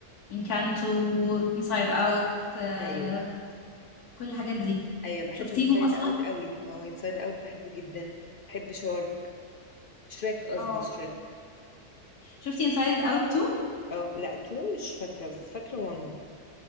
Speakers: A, on the left; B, on the left.
A: انكانتو انسايد اوت آه
B: ايوه
A: كل الحاجات دي
B: ايوه بحب
A: شفتيهم
B: انسايد
A: اصلا
B: اوت قوي اه انسايد اوت بحبه جدا بحب شارك شريك قصدي
A: اه
B: شريك
A: شفتي انسايد اوت 2
B: اه لا تو مش فاكرة بس فاكرة وان